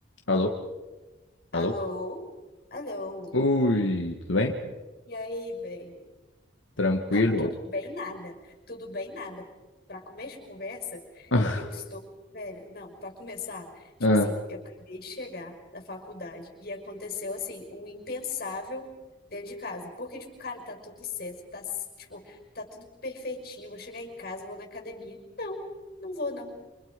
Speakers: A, on the left; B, on the left.
A: Alô? Alô?
B: Alô? Alô?
A: Ui, tudo bem?
B: E aí, velho?
A: Tranquilo?
B: Não, tudo bem nada. Tudo bem nada. Pra começo de conversa,
A: <laughs>
B: eu estou, velho, não, pra começar, tipo
A: Ah,
B: assim, eu acabei de chegar da faculdade e aconteceu assim, o impensável dentro de casa. Porque tipo, cara, tá tudo certo, tá tipo, tá tudo perfeitinho, vou chegar em casa, vou na academia. Não, não vou não.